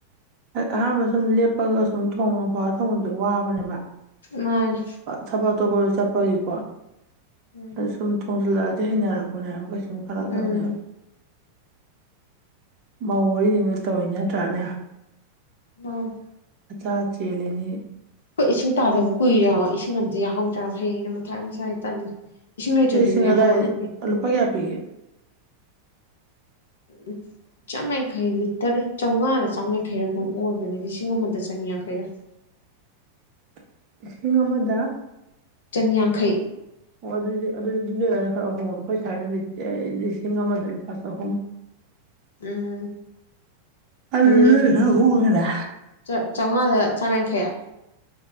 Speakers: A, on the right; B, on the left.
A: ꯑꯍꯥꯟꯕ ꯁꯨꯝ ꯂꯦꯞꯄꯒ ꯁꯨꯝ ꯊꯣꯡꯉ ꯐ ꯊꯉꯗ ꯋꯥꯕ ꯅꯦꯕ
B: ꯃꯥꯅꯦ
A: ꯊꯕꯛ ꯑ ꯇꯣꯧꯕꯗ ꯆꯠꯄꯒꯤꯀꯣ
B: ꯎꯝ
A: ꯁꯨꯝ ꯊꯣꯡꯁꯂꯖꯅꯔ ꯀꯣꯅꯦ ꯑꯃ ꯀꯩ ꯁꯨꯝ ꯈꯔꯥꯛ ꯇꯅꯦ
B: ꯎꯝ
A: ꯃꯧ ꯋꯥꯔꯤꯁꯤꯡꯅꯣꯏ ꯇꯧꯔꯤꯤ ꯅꯠꯇ꯭ꯔꯥꯅꯦ
B: ꯎꯝ
A: ꯑꯆꯥ ꯆꯦꯜꯜꯂꯤꯅꯤ
B: ꯍꯈꯣꯏ ꯏꯁꯤꯡ ꯇꯥꯗꯕ ꯀꯨꯏꯔꯦꯕ ꯏꯁꯤꯡ ꯑꯝꯇ ꯌꯥꯍꯧꯗ꯭ꯔꯕ ꯍꯌꯦꯡꯁ ꯃꯊꯥꯏ ꯃꯁꯥꯏ ꯇꯜꯂꯤ ꯏꯁꯤꯡ ꯂꯩꯇ꯭ꯔꯗꯤꯅꯦ
A: ꯑꯗꯣ ꯑꯗꯥꯏꯗꯤ
B: ꯍꯧꯒꯠꯅꯤꯡꯗꯦ
A: ꯂꯨꯄꯥ ꯀꯌꯥ ꯄꯤꯒꯦ
B: ꯑ ꯆꯥꯃꯡꯈꯩ ꯂꯤꯇꯔ ꯆꯥꯝꯃꯉꯥꯗ ꯆꯥꯝꯃꯡꯈꯩꯔ ꯑꯗꯨꯝ ꯑꯣꯏꯕꯅꯦ ꯂꯤꯁꯤꯡ ꯑꯃꯗ ꯆꯅꯤ ꯌꯥꯡꯈꯩꯔꯛ
A: <inaudible> ꯂꯤꯁꯤꯡ ꯑꯃꯗ
B: ꯆꯟꯌꯥꯡꯈꯩ
A: ꯑꯣ ꯑꯗꯨꯗꯤ ꯑꯗꯨꯗꯤ ꯈꯔ ꯑꯍꯨꯝ ꯑꯩꯈꯣꯏ ꯁꯥꯏꯅꯇꯦ ꯂꯤꯁꯤꯡ ꯑꯃꯗ ꯂꯨꯄꯥ ꯆꯍꯨꯝ
B: ꯎꯝ
A: ꯑꯗꯨꯗꯤ
B: ꯑ
A: ꯅꯣꯏꯅ ꯈꯔ ꯍꯣꯡꯉꯦꯅꯦ
B: ꯆ ꯆꯉꯗ ꯆꯃꯡꯈꯌꯥ